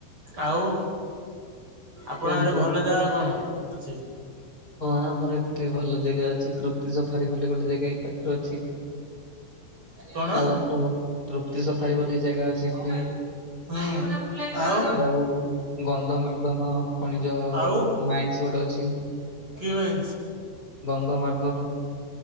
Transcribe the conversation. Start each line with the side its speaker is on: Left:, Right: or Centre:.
Right: ଆଉ ଆପଣ
Left: କୁହନ୍ତୁ।
Right: ଆଡେ ଭଲ ଜାଗା କଣ ଅଛି?
Left: ହଁ ଆମର ଏତେ ଭଲ ଜାଗା ଅଛି। ତୃପ୍ତି ସଫାରି ବୋଲି ଗୋଟେ ଜାଗା ଏଇ ପାଖରେ ଅଛି।
Right: କଣ?
Left: ଆଉ ଆମର ତୃପ୍ତି ସଫାରି ବୋଲି ଜାଗା ଅଛି
Right: ହୁଁ
Left: ଚିପିଂ
Right: ଆଉ
Left: ଯଉଁ ଗନ୍ଧ ମାର୍ଦନ ନିଜ
Right: ଆଉ
Left: ମାଇଣ୍ଡସ୍ ଗୋଟେ ଅଛି।
Right: କି ବେଞ୍ଚ୍
Left: ଗନ୍ଧ ମାରଦନ